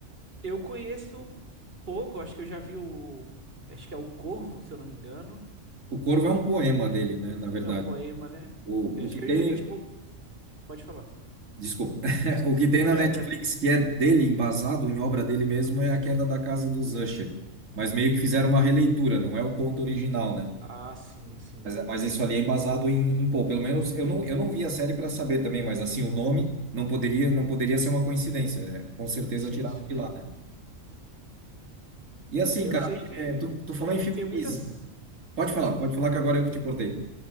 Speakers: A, on the right; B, on the right.
A: Eu conheço pouco, acho que eu já vi o, acho que é o Corvo, se eu não me engano.
B: O Corvo é um poema dele, né? Na verdade.
A: É um poema, né?
B: O,
A: Eu Acho
B: o que
A: que eu,
B: tem,
A: já- tipo, pode falar.
B: desculpa, <laughs> o que tem
A: <laughs>
B: na Netflix que é dele, embasado em obra dele mesmo, é A Queda da Casa dos Usher. Mas meio que fizeram uma releitura, não é o conto original, né?
A: Ah, sim, sim.
B: Mas, mas isso ali é embasado em, em pô, pelo menos eu não, eu não vi a série para saber também, mas assim, o nome não poderia não poderia ser uma coincidência, né? Com certeza
A: Sim,
B: tiraram
A: sim.
B: de lá, né? E assim,
A: Eu
B: cara,
A: sei que,
B: é, tu, tu falou
A: que tem,
B: em filme
A: tem muitas.
B: Pisa. Pode
A: pode
B: falar, pode falar que agora eu que te cortei.